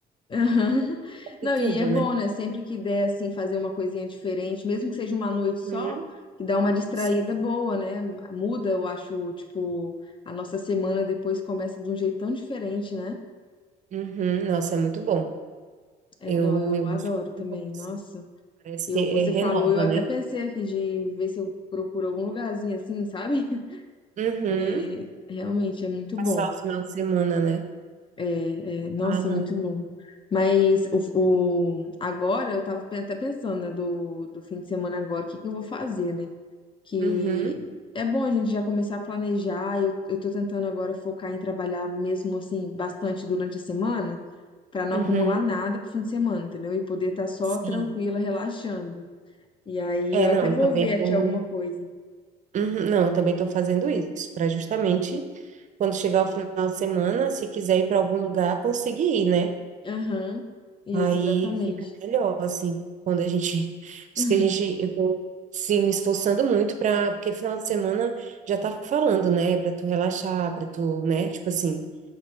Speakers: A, on the left; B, on the right.
A: Aham. <laughs> Não,
B: e tudo,
A: e é bom,
B: né?
A: né? Sempre que der, assim, fazer uma coisinha diferente, mesmo que seja uma noite
B: Uhum.
A: só, que dá uma distraída
B: Sim.
A: boa, né? Muda, eu acho, tipo, a nossa semana depois começa de um jeito tão diferente, né?
B: Uhum, nossa, é muito bom.
A: É,
B: Eu,
A: não, eu
B: eu
A: adoro
B: acho
A: também.
B: muito bom, assim.
A: Nossa,
B: Parece
A: eu,
B: que é,
A: você
B: renova,
A: falou, eu até
B: né?
A: pensei aqui de ver se eu procuro algum lugarzinho assim, sabe? <laughs>
B: Uhum.
A: Porque realmente é muito
B: Passar
A: bom.
B: o final de semana, né?
A: É, é, nossa,
B: Ah, não.
A: é muito bom. Mas o, o- agora eu tava pe- até pensando, né, do, do fim de semana agora, o que que eu vou fazer, né? Que
B: Uhum,
A: é bom a gente já começar a planejar. Eu, eu tô tentando agora focar em trabalhar mesmo assim bastante durante a semana. Pra não
B: uhum.
A: acumular nada pro fim de semana, entendeu? E poder estar só
B: Sim.
A: tranquila, relaxando. E aí
B: É,
A: eu
B: não,
A: até vou
B: eu também
A: ver
B: tô.
A: aqui alguma coisa.
B: Uhum, não, eu também tô fazendo isso, para justamente quando chegar o final de semana, se quiser ir para algum lugar, conseguir ir, né?
A: Aham, isso,
B: Aí
A: exatamente.
B: fica melhor, assim, quando a gente. Por
A: <laughs>
B: isso que a gente. Eu tô, sim, me esforçando muito pra. Porque final de semana já tá falando, né? Pra tu relaxar, pra tu, né? Tipo assim,